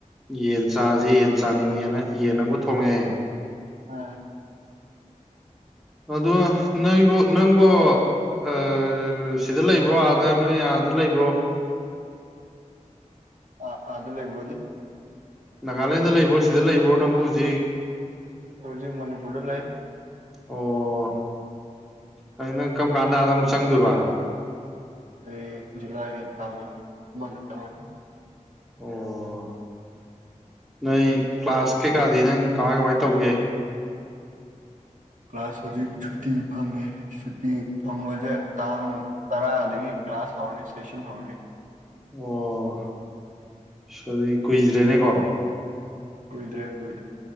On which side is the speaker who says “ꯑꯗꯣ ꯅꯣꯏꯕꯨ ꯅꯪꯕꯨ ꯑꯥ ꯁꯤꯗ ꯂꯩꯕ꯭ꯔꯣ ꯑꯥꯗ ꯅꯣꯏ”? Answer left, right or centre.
Centre